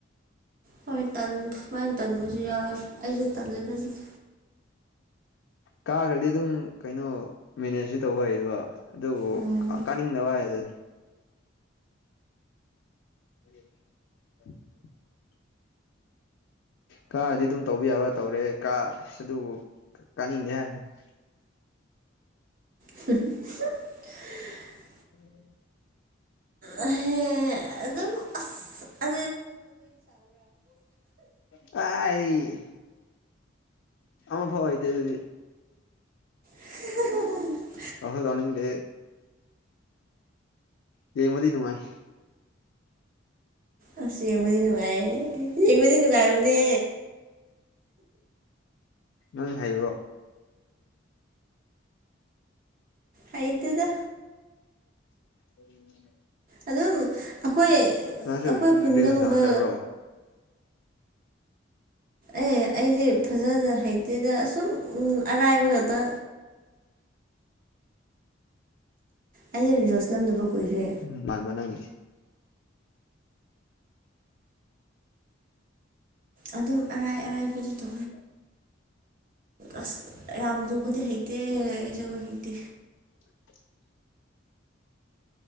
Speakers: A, on the right; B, on the left.
A: ꯍꯣꯏ ꯁꯨꯃꯥꯏꯅ ꯇꯟꯕꯁꯨ ꯌꯥꯎꯋꯦ ꯑꯩꯁꯨ ꯇꯜꯂꯦꯗ ꯑꯗꯨꯗꯤ
B: ꯀꯥꯈ꯭ꯔꯗꯤ ꯑꯗꯨꯝ ꯀꯩꯅꯣ ꯃꯦꯅꯦꯖꯁꯤ ꯇꯧꯕ ꯍꯩꯌꯦꯕ ꯑꯗꯨꯕꯨ
A: ꯎꯝ
B: ꯀꯥꯅꯤꯡꯗꯕ ꯍꯥꯏꯗꯨꯅꯤ <unintelligible> ꯀꯥꯔꯗꯤ ꯑꯗꯨꯝ ꯇꯧꯕ ꯌꯥꯕ ꯇꯧꯔꯦ ꯀ ꯑꯗꯨꯕꯨ ꯀꯥꯅꯤꯡꯗꯦ ꯍꯥꯏꯁꯤ <inaudible>
A: <inaudible>
B: <inaudible>
A: ꯑꯗꯨ ꯑꯗꯨꯝ ꯑ
B: ꯀꯥꯏ ꯑꯃ ꯐꯥꯎ ꯍꯗꯦ ꯑꯗꯨꯗꯤ
A: <unintelligible>
B: ꯑꯍꯗꯅꯤꯡꯗꯦ ꯌꯦ ꯃꯗꯤ ꯅꯨꯅꯨꯡꯉꯥꯏ
A: ꯑ ꯆꯡꯃ ꯅꯨꯡꯒꯥꯏꯌꯦ ꯆꯃꯅꯤ ꯅꯨꯡꯒꯥꯏꯕꯨꯅꯦ
B: ꯅꯪ ꯍꯥꯏꯌꯣ
A: ꯑ ꯇꯗ
B: ꯎ
A: ꯑꯗꯨꯝ ꯑꯩꯈꯣꯏ
B: ꯅꯪꯁꯨ
A: ꯑꯩꯈꯣꯏ ꯈꯨꯟꯗꯒꯨꯝꯕ
B: ꯔꯤꯜꯁ ꯗꯥꯟꯁꯔꯔꯣ
A: ꯑꯦ ꯑꯩꯁꯦ ꯐꯖꯅ ꯍꯩꯇꯦꯗ ꯑꯁꯨꯝ ꯑꯔꯥꯏꯕ ꯈꯛꯇ ꯑꯩ ꯔꯣꯁ ꯅꯝꯗꯕ ꯀꯨꯏꯔꯦ
B: ꯎꯝ ꯂꯥꯟꯕ ꯅꯦ
A: ꯑꯗꯨꯝ ꯑꯔꯥꯏ ꯑꯔꯥꯏꯕꯗꯨ ꯇꯣ
B: ꯌꯥ
A: ꯑꯁ ꯌꯥꯝ ꯂꯨꯕꯗꯤ ꯍꯩꯇꯦ ꯑꯩ ꯖꯕꯣꯏ ꯍꯩꯇꯦ
B: <inaudible>